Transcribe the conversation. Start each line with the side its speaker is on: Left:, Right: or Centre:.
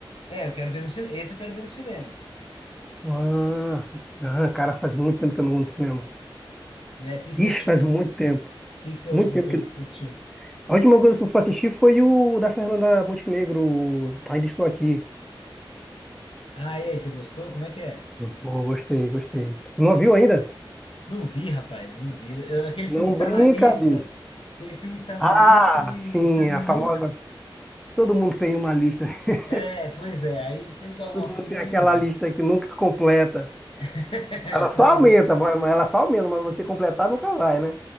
Left: É, eu quero ver no cinema. Esse eu quero ver no cinema,
Centre: Ah, ah, cara, faz muito tempo que eu não vou no cinema.
Left: né? O que que
Centre: Ixi,
Left: você assistiu?
Centre: faz muito
Left: O
Centre: tempo.
Left: que que foi
Centre: Muito
Left: a última
Centre: tempo
Left: coisa
Centre: que.
Left: que você assistiu?
Centre: A última coisa que eu fui assistir foi o da Fernanda Montenegro. o Ainda estou aqui.
Left: Ah, e aí, você gostou? Como é que é?
Centre: Pô, gostei, gostei. Não viu ainda?
Left: Não vi, rapaz, não vi. Eu- aquele
Centre: Não
Left: filme que tá
Centre: brinca,
Left: na lista,
Centre: bicho.
Left: aquele filme que tá na
Centre: Ah,
Left: lista e
Centre: sim,
Left: você nunca.
Centre: a famosa. Todo mundo tem uma lista. <laughs>
Left: É, pois é, aí sempre dá alguma
Centre: Todo mundo
Left: coisa
Centre: tem
Left: eu
Centre: aquela
Left: não vou.
Centre: lista que nunca completa.
Left: <laughs>
Centre: Ela só
Left: Pois
Centre: aumenta,
Left: é.
Centre: vai- ela só aumenta, mas você completar nunca vai, né?